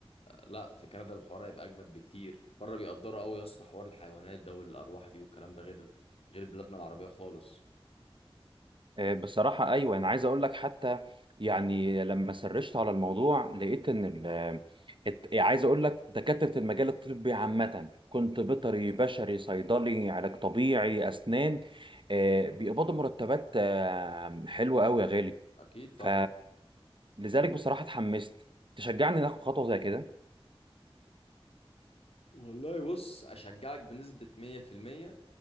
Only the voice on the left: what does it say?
لا في كندا الحوار هيبقى اجمد بكتير بره بيقدروا قوي يا اسطى حوار الحيوانات ده والارواح دي والكلام ده غير غير بلادنا العربية خالص
اكيد
طبعا
والله بص اشجعك بنسبة 100%